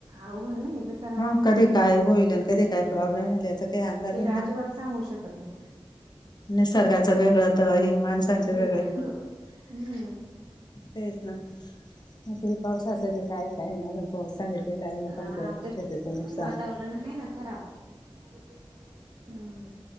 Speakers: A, on the right (about 70°); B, on the left (about 45°).
A: अवघड नाहीए. <unintelligible>
B: मग कधी काय होईल आणि कधी काय प्रॉब्लेम येईल याचा काही अंदाज-
A: ते अजिबात सांगू शकत नाही.
B: निसर्गाचं वेगळं तर हे माणसांचे
A: हे
B: वेगळे.
A: वेगळं हम्म
B: तेच ना. आता हे पावसाच बी काय काय नाही अजून पाऊस सांगित- -लेलाय. लोकांचं
A: आ ते
B: शेतीचं नुकसान.
A: वातावरण आहे ना खराब. <inaudible> हम.